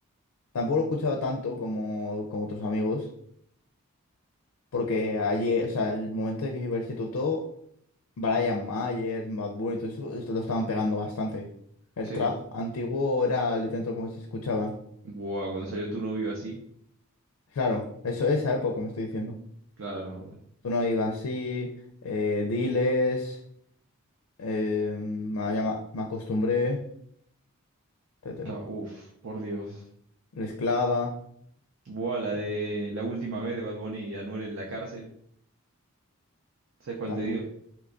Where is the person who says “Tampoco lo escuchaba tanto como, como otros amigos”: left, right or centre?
Left